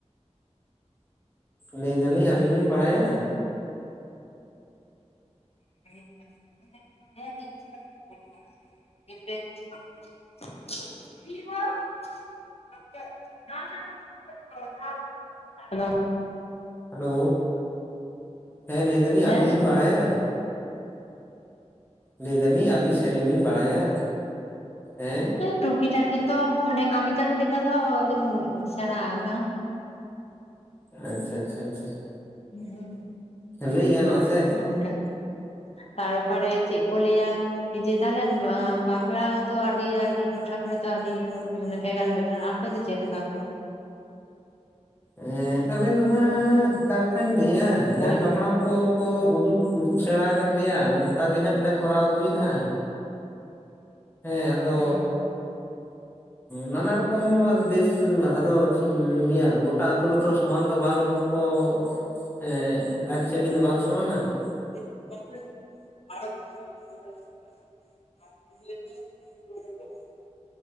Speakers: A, on the left; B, on the left.
A: ᱞᱟᱹᱭ ᱫᱟᱹᱞᱤᱧ ᱟᱹᱵᱤᱱ ᱵᱤᱱ ᱵᱟᱲᱟᱭᱟ?
B: <inaudible> <inaudible> ᱦᱮᱞᱳ
A: ᱦᱮᱞᱳ ᱦᱮᱸ ᱞᱟᱹᱭ ᱫᱟᱹᱞᱤᱧ
B: ᱦᱮᱸ
A: ᱟᱹᱵᱤᱱ ᱵᱤᱱ ᱵᱟᱲᱟᱭᱟ? ᱞᱟᱹᱭ ᱫᱟᱹᱞᱤᱧ ᱟᱹᱵᱤᱱ ᱥᱮᱨᱮᱧ ᱵᱤᱱ ᱵᱟᱲᱟᱭᱟ ᱦᱮᱸ?
B: ᱴᱩᱠᱤ ᱴᱟᱠᱤ ᱛᱚ ᱢᱟᱱᱮ ᱠᱟᱹᱢᱤ ᱪᱟᱹᱞᱩ ᱞᱮᱠᱟ ᱫᱚ ᱞᱤᱧ ᱥᱮᱲᱟ ᱟᱠᱟᱣᱱᱟ ᱾
A: ᱟᱪᱪᱷᱟ, ᱟᱪᱪᱷᱟ, ᱟᱪᱪᱷᱟ
B: ᱦᱩᱸ
A: ᱞᱟᱹᱭ ᱜᱟᱱᱚᱜ-ᱟ ᱥᱮ?
B: ᱚᱱᱠᱟ ᱛᱟᱨᱯᱚᱨᱮ ᱪᱮᱫ ᱠᱚ ᱞᱟᱹᱭ-ᱟ ᱡᱮ ᱛᱟᱞᱦᱮ ᱵᱟᱯᱞᱟ ᱦᱚ ᱛᱚ ᱟᱹᱰᱤ, ᱟᱹᱰᱤ ᱴᱚᱴᱷᱟ ᱠᱚᱨᱮ ᱛᱚ ᱟᱹᱰᱤ ᱨᱚᱠᱚᱢ ᱢᱟᱱᱮ ᱵᱷᱮᱜᱟᱨ ᱵᱷᱮᱜᱟᱨ ᱟᱯᱮ ᱫᱚ ᱪᱮᱫ ᱞᱮᱠᱟ ᱠᱚ?
A: ᱦᱮᱸ ᱟᱞᱮ ᱫᱚ ᱦᱟᱸᱜ ᱚᱠᱟ ᱞᱮᱠᱟᱧ ᱞᱟᱹᱭ-ᱟ ᱡᱟᱦᱟ
B: ᱵᱳᱞᱯᱩᱨ
A: ᱦᱟᱯᱲᱟᱢ ᱠᱚ᱾ ᱠᱚ ᱩᱫᱩᱜ ᱩᱫᱩᱜ ᱥᱮᱲᱟ ᱠᱟᱜ ᱞᱮᱭᱟ ᱚᱱᱠᱟᱜ ᱜᱮ ᱦᱟᱸᱜ ᱞᱮ ᱠᱚᱨᱟᱣ ᱟᱹᱜᱩᱭ ᱮᱜ-ᱟ᱾
B: <inaudible>
A: ᱦᱮᱸ ᱟᱫᱚ
B: ᱦᱮᱸ
A: ᱱᱟᱱᱟ ᱨᱚᱠᱚᱢ ᱫᱮᱥ ᱟᱫᱚ ᱪᱮᱫ ᱤᱧ ᱞᱟᱹᱭ-ᱟ᱾ ᱜᱚᱴᱟ ᱟᱛᱳ ᱨᱮᱛᱚ ᱥᱚᱢᱟᱱ ᱫᱚ ᱵᱟᱝ ᱠᱚ ᱮᱸᱻᱟᱹᱨᱤ ᱪᱟᱹᱞᱤ ᱫᱚ ᱵᱟᱝ ᱥᱚᱢᱟᱱᱟ ᱾
B: <inaudible> <inaudible>